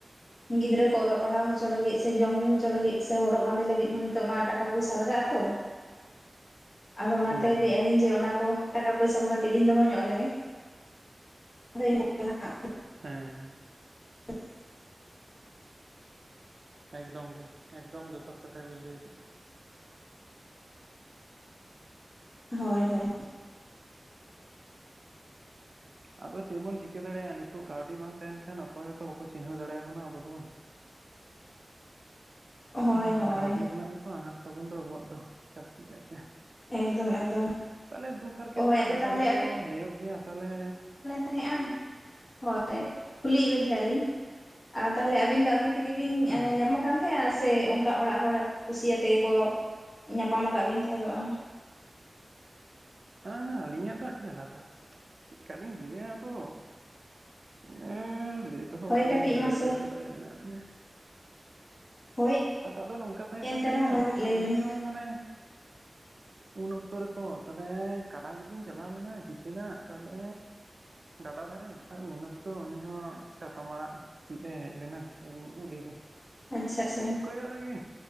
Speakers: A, on the left (about 55°); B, on the right (about 60°).
A: ᱜᱤᱫᱽᱨᱟᱹ ᱠᱚ ᱚᱞᱚᱜ ᱯᱟᱲᱦᱟᱣ ᱦᱚᱪᱚ ᱞᱟᱹᱜᱤᱫ ᱥᱮ ᱡᱚᱢ ᱧᱩ ᱦᱚᱪᱚ ᱞᱟᱹᱜᱤᱫ ᱥᱮ ᱦᱚᱨᱚᱜ ᱵᱟᱸᱫᱮ ᱞᱟᱹᱜᱤᱫ ᱦᱚᱸ ᱱᱤᱛᱚᱜ ᱢᱟ ᱴᱟᱠᱟ ᱯᱚᱭᱥᱟ ᱞᱟᱜᱟᱜ-ᱟ᱾ ᱛᱚ᱾ ᱟᱫᱚ ᱚᱱᱟᱛᱮ
B: ᱦᱳᱭ ᱦᱳᱭ
A: ᱞᱟᱹᱭᱼᱟ ᱞᱤᱧ ᱡᱮ ᱚᱱᱟ ᱠᱚ ᱴᱟᱠᱟ ᱯᱚᱭᱥᱟ ᱠᱚ ᱠᱟᱹᱴᱤᱡ ᱞᱤᱧ ᱫᱚᱦᱚᱜ ᱧᱚᱜ ᱞᱮᱜᱮ᱾ <unintelligible>
B: ᱦᱮᱸ
A: <unintelligible>
B: ᱮᱠᱫᱚᱢ ᱜᱮ ᱮᱠᱫᱚᱢ ᱡᱚᱛᱷᱟᱛ ᱠᱟᱛᱷᱟ ᱜᱮ ᱵᱤᱱ ᱞᱟᱹᱭ ᱟᱠᱟᱫ-ᱟ᱾
A: ᱦᱳᱭ ᱦᱳᱭ᱾
B: ᱟᱫᱚ ᱪᱮᱫ ᱵᱚᱱ ᱪᱤᱠᱟᱹ ᱫᱟᱲᱮᱭᱟᱜᱼᱟ ᱱᱤᱛᱚᱜ ᱠᱟᱹᱣᱰᱤ ᱵᱟᱝ ᱛᱟᱦᱮᱱ ᱠᱷᱟᱱ ᱚᱠᱚᱭ ᱦᱚᱸᱛᱚ ᱵᱟᱠᱚ ᱪᱤᱱᱦᱟᱹᱣ ᱫᱟᱲᱮᱭᱟᱵᱚᱱᱟ ᱟᱵᱚ ᱫᱚ᱾
A: ᱦᱳᱭ
B: ᱦᱮᱸ
A: ᱦᱳᱭ
B: ᱠᱟᱹᱣᱰᱤ ᱨᱮᱱᱟᱜ ᱜᱮᱛᱚ ᱟᱱᱟᱴ ᱛᱟᱵᱚᱱ ᱫᱚ ᱟᱵᱚᱣᱟᱜ ᱫᱚ ᱡᱟᱹᱥᱛᱤ ᱠᱟᱭᱛᱮ᱾
A: ᱮᱠᱫᱚᱢ ᱮᱠᱫᱚᱢ᱾
B: ᱛᱟᱦᱚᱞᱮ ᱫᱩᱠ ᱦᱟᱨᱠᱮᱛ
A: ᱦᱳᱭ
B: ᱨᱮᱱᱟᱜ
A: ᱟᱫᱚ
B: ᱠᱟᱛᱷᱟ
A: ᱛᱟᱦᱚᱞᱮ
B: ᱠᱚᱫᱚ ᱞᱟᱹᱭᱟᱹᱜ ᱜᱮᱭᱟ ᱛᱟᱦᱚᱞᱮ
A: ᱛᱟᱦᱮᱸᱼᱟ ᱾ ᱦᱳᱭ ᱠᱩᱞᱤᱭᱮᱫ ᱵᱤᱱ ᱛᱟᱦᱮᱸ ᱞᱤᱧ ᱟᱨ ᱛᱟᱦᱚᱞᱮ ᱟᱹᱵᱤᱱ ᱫᱚ ᱟᱹᱵᱤᱱ ᱛᱮᱜᱮ ᱵᱤᱱ
B: ᱦᱩᱸ
A: ᱧᱟᱢ ᱠᱟᱱ ᱛᱟᱦᱮᱸ ᱥᱮ ᱚᱱᱠᱟ ᱚᱲᱟᱜ ᱦᱚᱲ ᱠᱩᱥᱤᱭᱟᱛᱮ ᱜᱮᱠᱚ ᱧᱟᱯᱟᱢ ᱟᱠᱟᱫ ᱵᱤᱱ ᱛᱟᱦᱮᱸᱫᱚᱜᱼᱟ?
B: ᱦᱮᱸ ᱟᱞᱤᱧᱟᱜ ᱫᱚ ᱟᱹᱰᱤ ᱟᱞᱟᱫᱟ᱾ ᱪᱮᱫᱠᱟᱞᱤᱧ ᱞᱟᱹᱭᱟ ᱟᱫᱚ᱾ ᱩᱸᱻ ᱞᱟᱹᱭ ᱛᱮᱦᱚᱸ
A: ᱦᱳᱭ
B: ᱵᱟᱹᱞᱤᱧ
A: ᱠᱟᱹᱴᱤᱡ
B: ᱵᱩᱡᱷᱟᱹᱣ
A: ᱢᱟᱥᱮ
B: ᱦᱚᱪᱚ ᱫᱟᱲᱮ ᱵᱮᱱᱟ ᱩᱸᱻ
A: ᱦᱳᱭ
B: ᱠᱟᱛᱟᱴᱟᱜ ᱫᱚ ᱱᱚᱝᱠᱟ ᱛᱟᱦᱮᱸ
A: ᱮᱱᱛᱮ
B: ᱠᱟᱱ ᱛᱟᱹᱟᱞᱤᱧᱟ
A: ᱨᱮᱦᱚᱸ ᱢᱟ ᱠᱟᱹᱴᱤᱡ ᱞᱟᱹᱭ
B: ᱟᱹᱞᱤᱧ
A: ᱵᱤᱱ
B: ᱦᱚᱸ ᱢᱟᱱᱮ ᱩᱱ ᱚᱠᱛᱚ ᱨᱮᱛᱚ ᱛᱟ ᱦᱮᱸ ᱠᱟᱰᱟ ᱜᱩᱯᱤᱧ ᱪᱟᱞᱟᱣ ᱞᱮᱱᱟ ᱠᱤᱥᱟᱹᱟᱹᱲᱟᱜ ᱛᱟᱦᱚᱞᱮ ᱜᱟᱰᱟ ᱫᱷᱟᱨᱮ ᱟᱨ ᱩᱱ ᱚᱠᱛᱚ ᱩᱱᱤ ᱦᱚᱸ ᱪᱟᱛᱚᱢ ᱟᱲᱟᱜ ᱥᱤᱫ ᱮ ᱦᱮᱡ ᱞᱮᱱᱟᱤᱡ ᱵᱩᱰᱤ ᱫᱚ
A: ᱟᱪᱪᱷᱟ ᱟᱪᱪᱷᱟ
B: ᱢᱤᱫ ᱠᱚᱭᱚᱜ ᱨᱮᱜᱮ